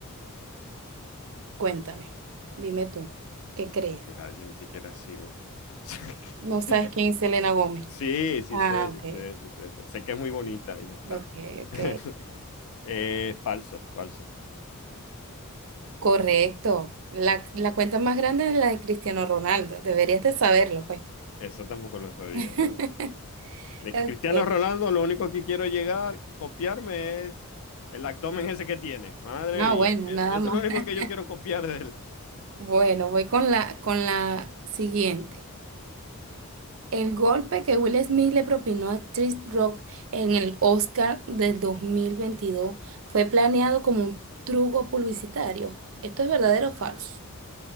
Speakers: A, on the right; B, on the left.
A: Cuéntame, dime tú, ¿qué
B: Ni
A: crees?
B: siquiera, yo ni siquiera sigo. <laughs>
A: ¿No sabes quién es Selena Gómez?
B: Sí, sí
A: Ah,
B: sé, sí
A: ok,
B: sé, sí sé. sí Sé Sé que es muy bonita y ya está.
A: ok, ok.
B: <laughs> Eh, falso, falso.
A: Correcto. La, la cuenta más grande es la de Cristiano Ronaldo. Deberías de saberlo, pues.
B: Eso tampoco lo sabía.
A: <laughs>
B: De
A: Ok.
B: Cristiano Ronaldo, lo único que quiero llegar, copiarme es el abdomen ese que tiene. Madre
A: No,
B: mía.
A: bueno,
B: E-
A: nada
B: Eso
A: más.
B: es lo único
A: <laughs>
B: que yo quiero copiar de él.
A: Bueno, voy con la, con la siguiente. El golpe que Will Smith le propinó a Chris Rock en el Oscar del 2022 fue planeado como un truco publicitario. ¿Esto es verdadero o falso?